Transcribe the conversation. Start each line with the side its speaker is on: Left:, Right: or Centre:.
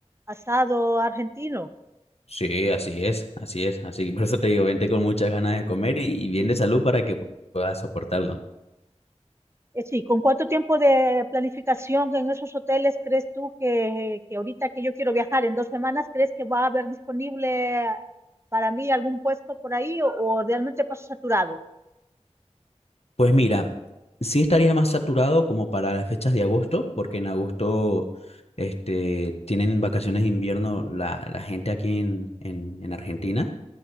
Right: asado argentino.
Left: Sí, así es, así es. Así que por eso te digo, vente con muchas ganas de comer y, y bien de salud para que puedas soportarlo.
Right: Eh, Sí, ¿con cuánto tiempo de planificación en esos hoteles crees tú que, que ahorita que yo quiero viajar en dos semanas, crees que va a haber disponible para mí algún puesto por ahí o, o realmente paso saturado?
Left: Pues mira, sí estaría más saturado como para las fechas de agosto, porque en agosto este, tienen vacaciones de invierno la, la gente aquí en, en, en Argentina.